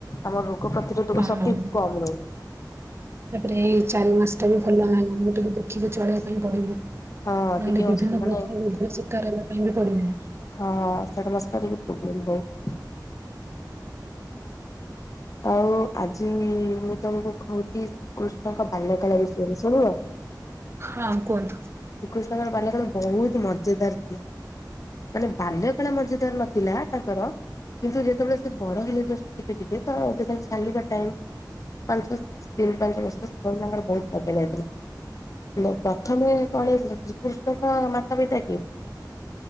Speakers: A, on the left; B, on the right.
A: ଆମ ରୋଗ ପ୍ରତିରୋଧକ
B: ହଁ
A: ଶକ୍ତି କମ ରହୁ
B: ତାପରେ ଏଇ ଚାରି ମାସ ଟା ବି ଭଲ ନାଇଁ ମୁଁ ଟିକେ ଦେଖିକି ଚଳେବା ପାଇଁ ପଡ଼ିବ।
A: ହଁ
B: ନହେଲେ
A: ଟିକେ ଅସୁ
B: ବିଭିନ୍ନ
A: ମାନେ
B: ପ୍ରକାର ରୋଗ ଶିକାର ହେବା ପାଇଁ ବି ପଡ଼ିବ।
A: ହଁ ସେଡ଼ମାସଟା ଟିକେ ପୋବ୍ଲେମ ରହୁ ଆଉ ଆଜି ମୁଁ ତମକୁ କହୁଚି କୃଷ୍ଣଙ୍କ ବାଲ୍ୟ କାଳ ବିଷୟରେ ଶୁଣିଅ?
B: ହଁ କୁହନ୍ତୁ।
A: ଶ୍ରୀକୃଷ୍ଣଙ୍କର ବାଲ୍ୟ କାଳ ବୋହୁତ ମଜେଦାର ଥିଲା। ମାନେ ବାଲ୍ୟ କାଳ ମଜେଦାର ନଥିଲା ତାଙ୍କର କିନ୍ତୁ ଯେତେବେଳେ ସେ ବଡ଼ ହେଲେ ଯଷ୍ଟ ଟିକେ ଟିକେ ତ ଯେତେବେଳେ ଚାଲିବା ଟାଇମ୍ ପାଞ୍ଚ ତିନି ପାଞ୍ଚ ବର୍ଷର ବହୁ <unintelligible> ଯାଇଥିଲା ହେଲେ ପ୍ରଥମେ କଣ ହେଇଥିଲା ଯ କୃଷ୍ଣଙ୍କ ମାତା ପିତା କିଏ?